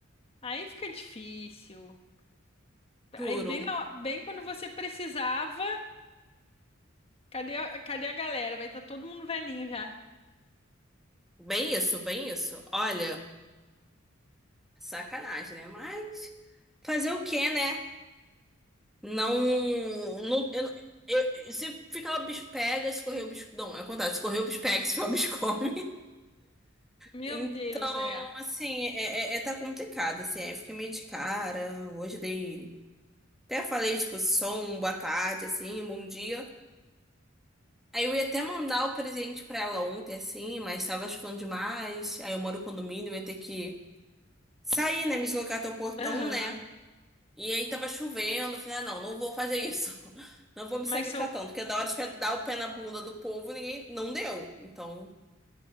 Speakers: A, on the left; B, in the centre.
A: Aí fica difícil.
B: juro.
A: Aí, bem, na- bem quando você precisava, cadê, a- cadê a galera? Vai estar todo mundo velhinho já.
B: Bem isso, bem isso. Olha, sacanagem, né? Mas fazer o quê, né? Não, não, eu, eu- eu- se ficar o bicho pega, se correr o bicho, não, é o contrário, se correr o bicho pega, <laughs> se ficar o bicho come.
A: Meu
B: Então,
A: Deus, é.
B: assim, é, é, é- tá complicado, assim, aí eu fiquei meio de cara. Hoje dei, até falei, tipo, som, boa tarde, assim, um bom dia. Aí eu ia até mandar o presente pra ela ontem, assim, mas tava chovendo demais. Aí eu moro no condomínio, eu ia ter que sair, né? Me deslocar até o portão,
A: Aham.
B: né? E aí tava chovendo. Eu falei, ah, não, não vou fazer isso. <laughs> Não vou me
A: Mas
B: sacrificar
A: são.
B: tanto. Porque da hora de dar o pé na bunda do povo, ninguém não deu. Então,